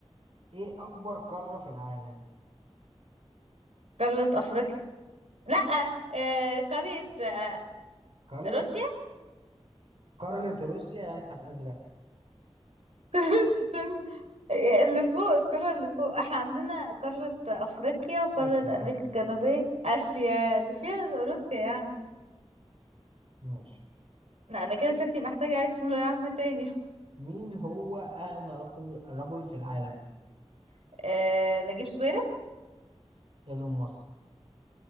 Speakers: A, on the right; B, on the right.
A: إيه أكبر قارة في العالم؟
B: قارة أفريقيا لا آه... قارة آه...
A: قارة
B: روسيا
A: قارة روسيا يا نهار أزرق
B: <laughs> استنى آه، اللي فوق القارة اللي فوق احنا عندنا قارة أفريقيا وقارة
A: آسيا
B: أمريكا
A: آسيا
B: الجنوبية
A: آسيا
B: آسيا اللي فيها روسيا يعني
A: ماشي
B: لا أنا كده شكلي محتاجة أعيد ثانوية عامة تاني
A: مين هو أغنى رقم رجل في العالم؟
B: <laughs> آه... نجيب سويرس
A: إيلون ماسك